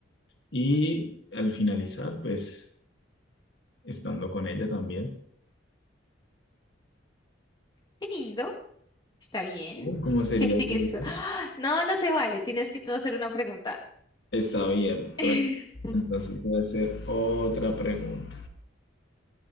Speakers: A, on the left (about 65°); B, on the left (about 20°).
A: y al finalizar, pues estando con ella también.
B: Qué lindo. ¿Está bien?
A: ¿Cómo, cómo sería
B: Que sigue
A: ese día?
B: su... ¡Ah! No, no se vale. Tienes que tú hacer una pregunta.
A: Está bien. Entonces,
B: <laughs>
A: entonces voy a hacer otra pregunta.